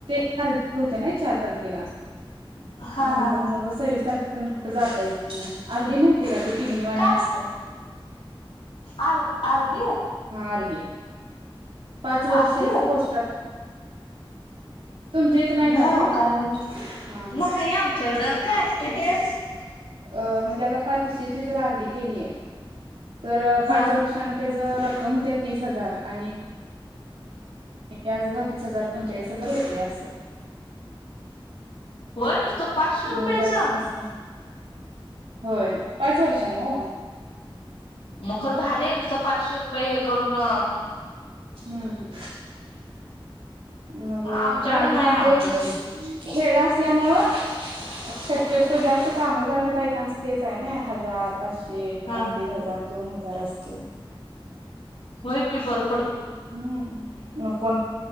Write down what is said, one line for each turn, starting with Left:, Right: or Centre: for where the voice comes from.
Right: <unintelligible> होत्या नई चार तारखेला
Left: हा
Right: नंतर
Left: हा
Right: मग सव्वीस तारखे पर्यंत कुठे जाता येत नाही. आरडी माहिती आहे का? ते पिघमीवाणी
Left: का
Right: असतंय.
Left: आर अरबी
Right: आरडी पाच वर्षाच
Left: आरडी
Right: पोस्टात तुमच्या इथं
Left: नाही
Right: का
Left: हो
Right: ते
Left: काय माहित.
Right: हा हा
Left: नाही आमच्याकडं. काय असत ते?
Right: अं म्हणजे आता पैशेची जर आरडी केलीय तर
Left: हा
Right: पाच वर्षान ते रक्कम होते तीस हजार आणि, व्याज तीस हजार पंचेचाळीस हजार येतय असं.
Left: होय नुसत पाचशे रुपयेचा?
Right: म्हणजे जास्त अस होय पाच वर्षांन वो
Left: मग खर भारी आहे नुसत पाचशे रुपये हे करून ह
Right: हम्म मग
Left: आमच्याकडं
Right: काही
Left: नाही
Right: तर आमच्या
Left: आहो
Right: इथं
Left: तसलं
Right: खेडं असल्यामुळं शक्यतो तर जास्त कामाला जाणाऱ्या बायकांच तेच आहे ना हजार पाचशे कोणाचं
Left: हा
Right: दीड हजार दोन हजार - तार असतय
Left: होय की बर
Right: हम्म मग कोण